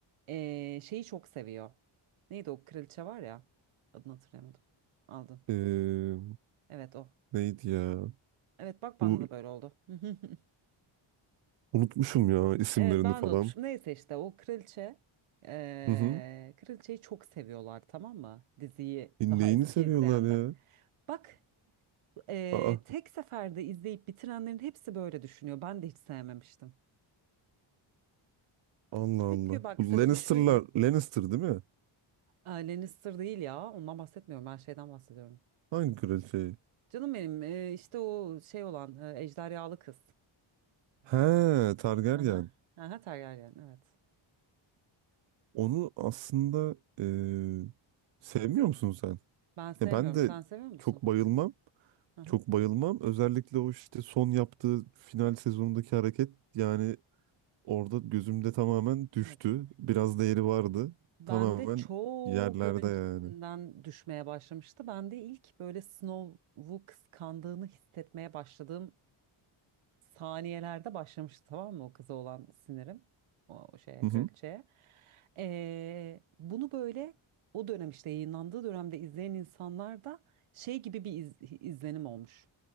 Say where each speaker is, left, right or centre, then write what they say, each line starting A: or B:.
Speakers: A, on the right; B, on the right.
A: ee, şeyi çok seviyor. Neydi o kraliçe var ya. Adını hatırlayamadım. Aldın.
B: Ee,
A: Evet o.
B: neydi ya?
A: Evet bak bana
B: Bu
A: da böyle oldu. <laughs>
B: unutmuşum ya isimlerini
A: Evet ben
B: falan.
A: de unutmuşum. Neyse işte o kraliçe. ee,
B: Hı hı.
A: kraliçeyi çok seviyorlar tamam mı? Diziyi
B: E,
A: daha
B: Neyini
A: eski
B: seviyorlar
A: izleyenler.
B: ya?
A: Bak ee,
B: Aa,
A: tek seferde izleyip bitirenlerin hepsi böyle düşünüyor. Ben de hiç sevmemiştim.
B: Allah
A: Çünkü
B: Allah.
A: bak
B: Bu
A: sebebi
B: Lannister'lar,
A: şuymuş.
B: Lannister değil mi?
A: Aa, Lannister değil ya. Ondan bahsetmiyorum. Ben şeyden bahsediyorum.
B: Hangi kraliçeyi?
A: Canım benim e, işte o şey olan e, ejderhalı kız.
B: He, Targaryen.
A: Aha, aha tergaryen evet.
B: Onu aslında eee, sevmiyor musun sen?
A: Ben sevmiyorum.
B: He, ben de
A: Sen seviyor musun?
B: çok bayılmam.
A: Aha,
B: Çok bayılmam. Özellikle o işte son yaptığı final sezonundaki hareket yani orada gözümde tamamen düştü.
A: evet.
B: Biraz değeri vardı.
A: Ben
B: Tamamen
A: de çok
B: yerlerde
A: öncesinden
B: yani.
A: düşmeye başlamıştı. Ben de ilk böyle Snow'u kıskandığını hissetmeye başladığım saniyelerde başlamıştı tamam mı o kıza olan sinirim. O o şeye
B: Hı hı.
A: kraliçeye. Ee, bunu böyle o dönem işte yayınlandığı dönemde izleyen insanlar da şey gibi bir iz- izlenim olmuş.